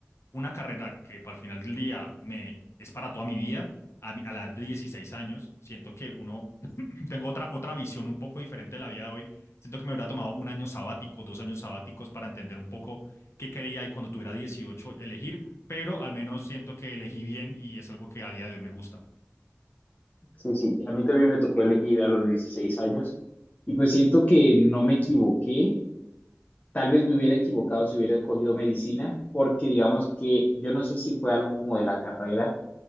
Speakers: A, on the left (about 65°); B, on the left (about 30°).
A: una carrera que para el final del día me es para toda mi vida, a, mi- a la edad de 16 años, siento que uno, <clears throat> <laughs> tengo otra, otra visión un poco diferente de la vida de hoy, siento que me hubiera tomado un año sabático, dos años sabáticos para entender un poco qué quería y cuando tuviera 18 elegir, pero al menos siento que elegí bien y es algo que a día de hoy me gusta.
B: Sí, sí. A mí también me tocó elegir a los 16 años y pues siento que no me equivoqué. Tal vez me hubiera equivocado si hubiera escogido medicina, porque digamos que yo no sé si fue algo como de la carrera,